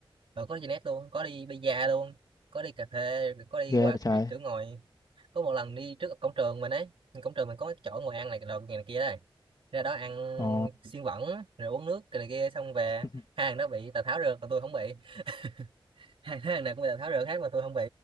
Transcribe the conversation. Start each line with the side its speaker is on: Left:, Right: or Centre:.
Right: Ờ, có đi net luôn có đi bida luôn có đi cà phê có đi
Left: ghê
Right: qua
Left: vậy trời
Right: kiểu kiểu ngồi có một lần đi trước cổng trường mình ấy cổng trường mình có cái chỗ ngồi ăn này đồ này, này kia đây ra đó ăn
Left: ồ
Right: xiên bẩn rồi uống nước cái này kia xong về
Left: <laughs>
Right: hai thằng đó bị tào tháo rượt mà tôi không bị <laughs> hai thằng này cũng bị tào tháo rượt hết mà tôi không bị